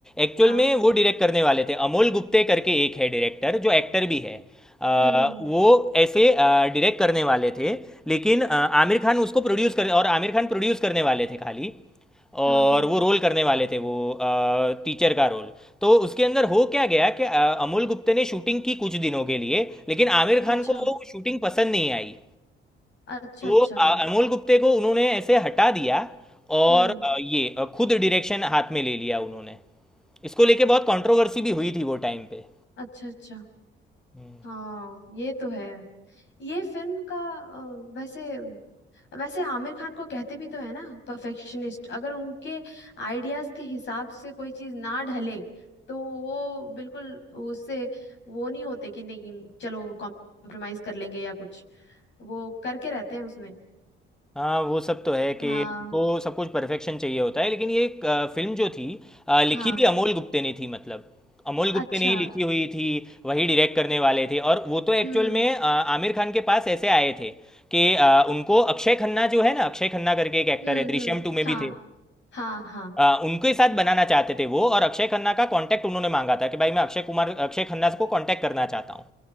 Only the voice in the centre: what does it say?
एक्चुअल
में वो डायरेक्ट करने वाले थे अमोल गुप्ते करके एक है डायरेक्टर जो एक्टर भी है अ,
वो ऐसे डायरेक्ट करने वाले थे लेकिन अ, आमिर खान उसको प्रोड्यूस कर और आमिर खान प्रोड्यूस करने वाले थे खाली और
वो रोल करने वाले थे वो आ, टीचर का रोल तो उसके अंदर हो क्या गया कि अ, अमोल गुप्ते ने शूटिंग की कुछ दिनों के लिए लेकिन आमिर
खान को वो शूटिंग पसंद नहीं आई
तो
अ, अमोल गुप्ते को उन्होंने ऐसे हटा दिया और
अ, ये अ, खुद डायरेक्शन हाथ में ले लिया उन्होंने इसको लेके बहुत कंट्रोवर्सी भी हुई थी वो टाइम पे
हम्म।
हाँ वो सब तो है कि
उनको सब कुछ परफेक्शन चाहिए होता है लेकिन ये फिल्म जो थी अ, लिखी
भी अमोल गुप्ते ने थी मतलब अमोल गुप्ते
ने ही लिखी हुई थी वही डायरेक्ट करने वाले थे और वो तो एक्चुअल
में अ, आमिर खान के पास ऐसे आए थे कि अ, उनको अक्षय खन्ना जो है ना अक्षय खन्ना करके एक एक्टर
है दृश्यम
टू में
भी थे
अ, उनके साथ बनाना चाहते थे वो और अक्षय खन्ना का कांटेक्ट उन्होंने मांगा था कि भाई मैं अक्षय कुमार अक्षय खन्ना को कांटेक्ट करना चाहता हूँ